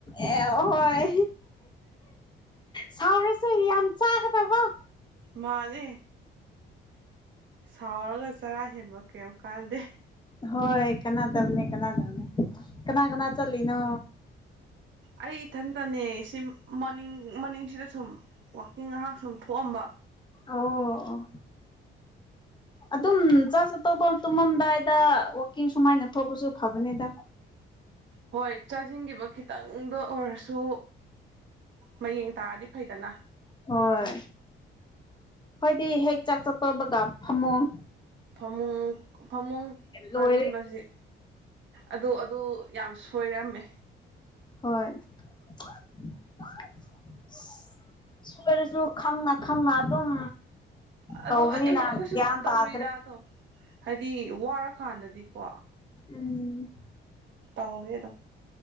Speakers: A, on the left; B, on the right.
A: ꯑꯦ ꯍꯣꯏ ꯁꯥꯎꯔꯁꯨ ꯌꯥꯝ ꯆꯥꯒꯗꯕ
B: ꯃꯥꯅꯤ ꯁꯥꯎꯔꯒ ꯆꯔꯥ ꯍꯦꯟꯕ ꯀꯩꯝ ꯀꯥꯟꯗꯦ
A: ꯍꯣꯏ ꯀꯅꯥꯗꯝꯅꯦ ꯀꯅꯥꯗꯝꯅꯦ ꯀꯅꯥ ꯀꯅꯥ ꯆꯠꯂꯤꯅꯣ
B: ꯑꯩ ꯏꯊꯟꯗꯅꯦ ꯁꯤ ꯃꯅꯤꯡ ꯃꯅꯤꯡꯁꯤꯗ ꯁꯨꯝ ꯋꯥꯛꯀꯤꯡ ꯉꯍꯥꯛ ꯁꯨꯝ ꯊꯣꯛꯑꯝꯕ
A: ꯑꯣ ꯑꯣ ꯑꯗꯨꯝ ꯆꯥꯆ ꯑꯇꫭꯞꯄ ꯇꯨꯝꯃꯝꯗꯥꯏꯗ ꯋꯥꯀꯤꯡ ꯁꯨꯃꯥꯏꯅ ꯊꯣꯛꯄꯁꯨ ꯐꯕꯅꯦꯗ
B: ꯍꯣꯏ ꯆꯥꯖꯤꯟꯒꯤꯕ ꯈꯤꯇꯪꯗꯣ ꯑꯣꯏꯔꯁꯨ ꯃꯌꯦꯡ ꯇꯥꯔꯗꯤ ꯐꯩꯗꯅ
A: ꯍꯣꯏ ꯈꯣꯏꯗꯤ ꯍꯦꯛ ꯆꯥꯛ ꯆꯥ ꯇꫭꯕꯒ ꯐꯝꯃꯣꯡ
B: ꯐꯃꯨꯡ ꯐꯃꯨꯡ ꯀꯥꯖꯤꯟꯕꯁꯤ
A: ꯂꯣꯏꯔꯦ
B: ꯑꯗꯨ ꯑꯗꯨ ꯌꯥꯝ ꯁꯣꯏꯔꯝꯃꯦ
A: ꯍꯣꯏ <unintelligible> ꯁꫭꯏꯔꯁꯨ ꯈꯪꯅꯥ ꯈꯪꯅꯥ ꯑꯗꯨꯝ
B: ꯑꯗꯣ
A: ꯇꯧꯕꯅꯤꯅ
B: ꯑꯩ ꯑꯩꯁꯨ ꯑꯩꯈꯣꯏꯁꯨ
A: ꯒ꯭ꯌꯥꯟ
B: ꯇꯧꯔꯤꯗ
A: ꯇꯥꯗ꯭ꯔꯦ
B: ꯑꯗꯨꯝ ꯍꯥꯏꯗꯤ ꯋꯥꯔꯀꯥꯟꯗꯗꯤꯀꯣ
A: ꯎꯝ
B: ꯇꯧꯋꯦꯗꯨꯝ